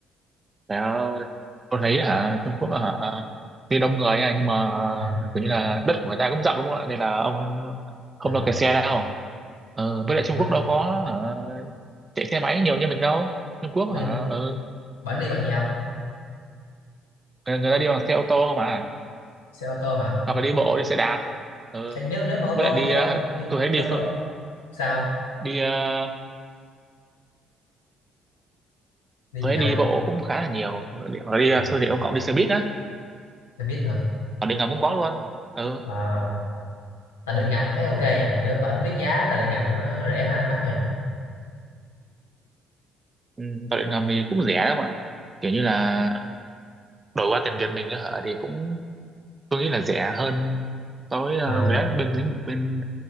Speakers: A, on the right; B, on the left.
A: trời ơi, tôi thấy hả, Trung Quốc hả, tuy đông người nha, nhưng mà ờ,
B: ừ.
A: kiểu như là đất của người ta cũng rộng đúng không ạ? Nên là ông không
B: à,
A: lo kẹt xe đâu. Ờ, với lại Trung
B: mà
A: Quốc đâu có hả, chạy xe máy nhiều như mình đâu Trung Quốc
B: ủa vậy
A: hả ừ,
B: bển đi bằng gì không
A: người, người ta đi bằng xe ô tô không à
B: xe ô tô hả
A: hoặc là đi bộ đi xe đạp ừ.
B: Ê, nếu nếu mà ô tô
A: với lại đi
B: thì tôi
A: ờ,
B: đâu tôi,
A: tôi thấy
B: tôi
A: đi
B: đâu có
A: phự-
B: sao
A: đi ờ,
B: đi
A: tôi
B: gì
A: thấy đi
B: không
A: bộ cũng khá là nhiều hoặc là đi, hoặc là đi
B: Ừ,
A: ờ, phương tiện công cộng đi xe buýt á
B: xe buýt hả
A: hoặc điện ngầm cũng có luôn ừ.
B: à, tài điện ngầm thấy ok nha kiểu bển nó biết giá tài điện ngầm nó rẻ ha, mắc nha
A: ừ. tàu điện ngầm thì cũng rẻ lắm ạ kiểu như là đổi qua tiền Việt mình nữa hả thì cũng tôi nghĩ là rẻ hơn so với ờ,
B: ờ
A: vé bên lĩnh bên